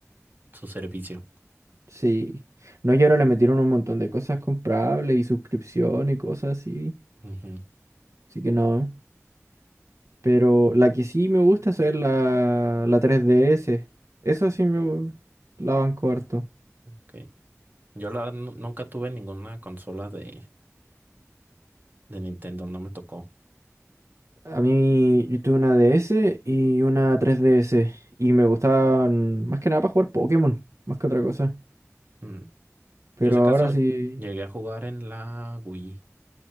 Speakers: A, on the right (about 35°); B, on the right (about 70°).
A: su servicio.
B: Sí. No, y ahora le metieron un montón de cosas comprables y suscripción y cosas así.
A: Ujú,
B: Así que no. Pero la que sí me gusta es la, la 3DS. Eso sí me gu- la banco harto.
A: ok. Yo la verdad nu- nunca tuve ninguna consola de, de Nintendo, no me tocó.
B: A mí yo tuve una DS y una 3DS y me gustaban más que nada para jugar Pokémon, más que otra cosa.
A: Mm,
B: Pero
A: Yo, si caso
B: ahora sí...
A: llegué a jugar en la Wii.